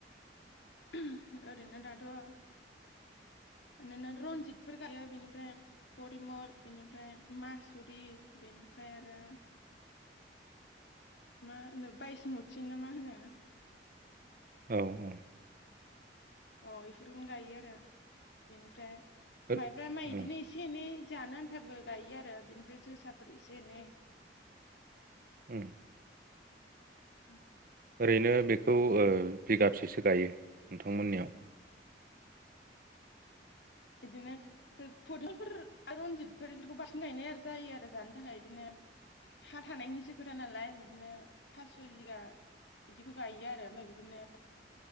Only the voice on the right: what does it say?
औ औ
ओ
उम
उम
ओरैनो बेखौ ओ बिगासेसो गायो नोंथांमोननियाव